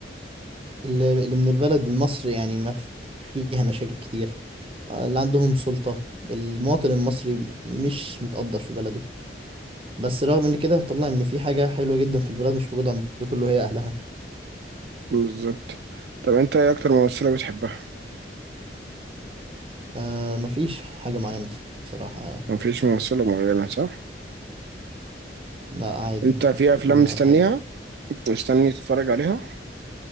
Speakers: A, on the right; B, on the right.
A: اللي اللي من البلد مصر يعني ما ف- فيها مشاكل كتير آه، اللي عندهم سلطة المواطن المصري مش متقدر في بلده بس رغم ان كده هتطلع ان في حاجة حلوة جدا في البلد مش موجودة عند كله هي اهلها
B: بالظبط طب انت ايه اكتر ممثله بتحبها
A: آه مفيش حاجة معينة الصراحة يعني
B: مفيش ممثله معينه صح
A: لا عادي
B: انت في افلام
A: كلهم
B: مستنيها
A: عادي
B: مستني تتفرج عليها